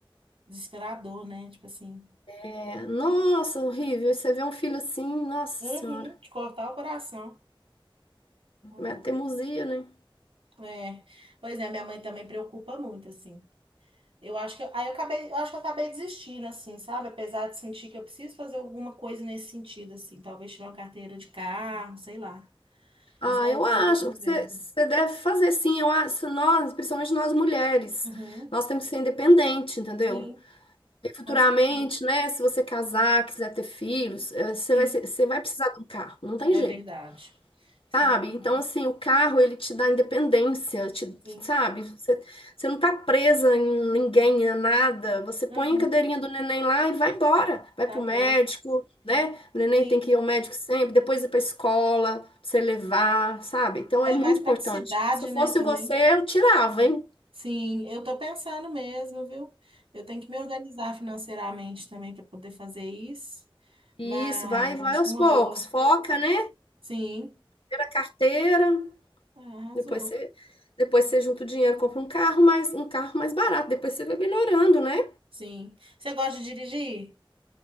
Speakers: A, on the right; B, on the left.
A: desesperador, né? Tipo assim.
B: É, Nossa, horrível. E você vê um filho assim, nossa
A: Uhum,
B: Senhora,
A: de cortar o coração. Não
B: é
A: dúvida.
B: teimosia, né?
A: É, pois é, minha mãe também preocupa muito, assim. Eu acho que aí eu acabei, eu acho que eu acabei desistindo, assim, sabe? Apesar de sentir que eu preciso fazer alguma coisa nesse sentido, assim, talvez tirar uma carteira de carro, sei lá.
B: Ah,
A: Mas é o
B: eu
A: que
B: acho,
A: ele por
B: você,
A: vendo.
B: você deve fazer sim, eu acho, nós, principalmente nós mulheres,
A: Uhum.
B: nós temos que ser independente, entendeu?
A: Sim,
B: E futuramente,
A: com certeza.
B: né, se você casar, quiser ter filhos, eh, você
A: Sim,
B: vai, ser- você vai precisar de um carro, não tem
A: é
B: jeito.
A: verdade. Você
B: Sabe?
A: tem razão.
B: Então, assim, o carro, ele te dá independência, te,
A: Sim.
B: sabe? Você, você não tá presa em ninguém, a nada. Você põe
A: Uhum.
B: a cadeirinha do neném lá e vai embora. Vai
A: Tá
B: pro médico,
A: bom.
B: né? O neném
A: Sim.
B: tem que ir ao médico sempre, depois ir pra escola, pra você levar, sabe? Então,
A: É
B: é muito
A: mais praticidade,
B: importante. Se eu fosse
A: né, também.
B: você, eu tirava, hein?
A: Sim, eu tô pensando mesmo, viu? Eu tenho que me organizar financeiramente também para poder fazer isso,
B: Isso,
A: mas
B: vai, vai
A: acho
B: aos
A: que é uma
B: poucos.
A: boa.
B: Foca, né?
A: Sim,
B: Primeiro a carteira,
A: é, arrasou.
B: depois você, depois você junta o dinheiro, compra um carro mais, um carro mais barato. Depois você vai melhorando, né?
A: Sim. Você gosta de dirigir?